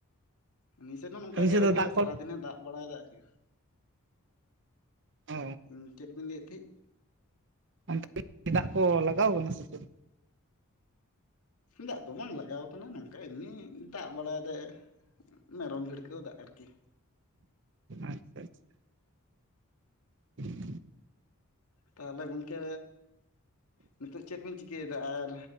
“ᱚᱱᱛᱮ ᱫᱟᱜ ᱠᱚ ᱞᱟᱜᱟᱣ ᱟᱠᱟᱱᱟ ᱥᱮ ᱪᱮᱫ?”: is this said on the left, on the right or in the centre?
Right